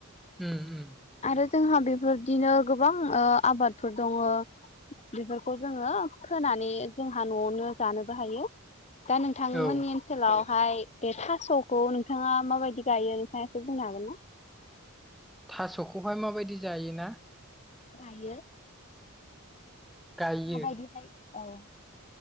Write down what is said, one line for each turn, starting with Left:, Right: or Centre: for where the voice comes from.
Centre: उम उम
Left: आरो जोंहा बेफोरदिनो गोबां आबादफोर दङ बेफोरखौ जोङो फोनानै जोंहा न'आवनो जानोबो हायो दा नोंथांमोन
Centre: औ
Left: हनटेलावहाय बे थास'खौ नोंथाङा माबायदि गायो नोंथाङा एसे बुंनो हागोन ना
Centre: थास'खौहाय माबायदि जायोना
Left: गायो
Centre: गायो
Left: माबायदिहाय औ